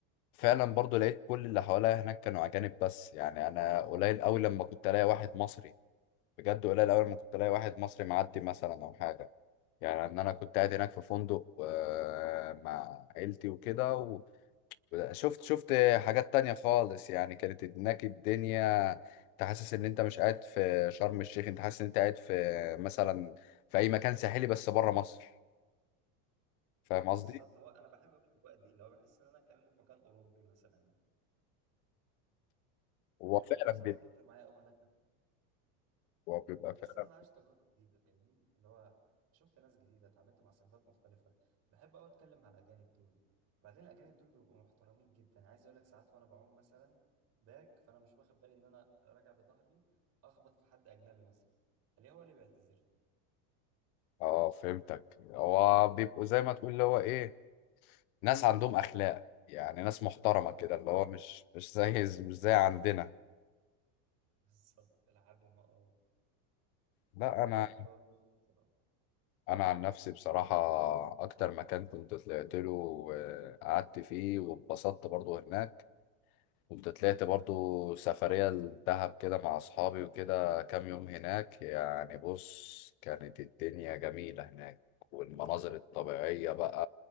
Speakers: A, on the left (about 70°); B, on the right (about 35°).
A: فعلا برضو لقيت كل اللي حواليا هناك كانوا اجانب بس يعني انا قليل قوي لما كنت الاقي واحد مصري بجد قليل أول ما كنت ألاقي واحد مصري معدي مثلا أو حاجة يعني إن أنا كنت قاعد هناك في فندق آه، مع عيلتي وكده و- وشفت شفت حاجات تانية خالص يعني كانت هناك الدنيا أنت حاسس إن أنت مش قاعد في شرم الشيخ أنت حاسس إن أنت قاعد في مثلا في أي مكان ساحلي بس بره مصر فاهم قصدي؟
B: بالظبط هو انا بحب الاجواء دي اللي هو بحس ان انا كان في مكان اوروبي مثلا
A: هو
B: فالحته
A: فعلا
B: دي بصراحه
A: بيبقى
B: بتفرق معايا قوي انا
A: هو بيبقى
B: بحس
A: فعلا
B: ان انا عايش تجربه جديده فاهمني اللي هو شفت ناس جديده اتعاملت مع ثقافات مختلفه بحب قوي اتكلم مع الاجانب دول بعدين الاجانب دول بيبقوا محترمين جدا يعني عايز اقول لك ساعات وانا بعوم مثلا باك فانا مش واخد بالي ان انا راجع بظهري اخبط في حد اجنبي مثلا اللي هو اللي بيعتذر
A: اه فهمتك هو بيبقوا زي
B: لي
A: ما تقول اللي هو ايه ناس عندهم اخلاق يعني ناس محترمة
B: بالظبط
A: كده اللي هو مش مش زي مش زي عندنا
B: بالظبط لحد ما اه
A: لا انا
B: انا بحب قوي الجو ده بصراحه
A: انا عن نفسي بصراحه اكتر مكان كنت طلعت له وقعدت فيه واتبسطت برضو هناك كنت طلعت برضو سفريه لدهب كده مع اصحابي وكده كام يوم هناك يعني بص كانت الدنيا جميله هناك والمناظر الطبيعيه بقى